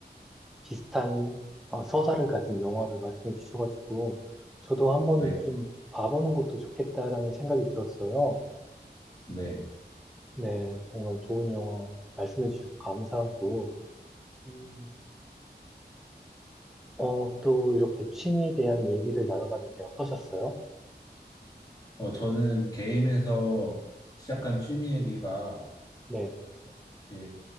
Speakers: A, in the centre; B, on the left (about 20°).
A: 비슷한 어, 서사를 가진 영화를 말씀해 주셔가지고 저도 한번
B: 네,
A: 좀 봐보는 것도 좋겠다라는 생각이 들었어요.
B: 네.
A: 네, 정말 좋은 영화 말씀해 주셔서 감사하고 음, 어, 또 이렇게 취미에 대한 얘기를 나눠봤는데 어떠셨어요?
B: 어, 저는 게임에서 시작한 취미 얘기가
A: 네,
B: 어, 이렇게